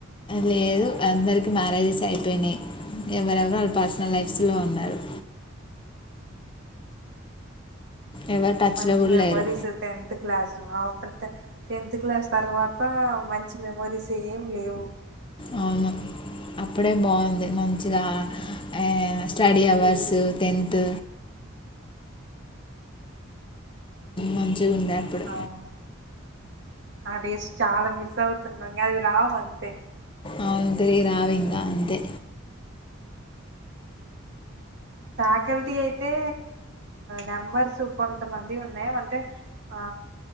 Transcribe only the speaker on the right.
మంచి
memories
tenth class after tenth class తర్వాత మంచి మె మెమోరీస్ ఏమి లేవు
అవును ఆ డేస్ చాలా మిస్ అవుతున్నాం అది రావు అంతే
ఫ్యాకల్టీ అయితే నెంబర్స్ కొంతమంది ఉన్నాయి అంటే ఆ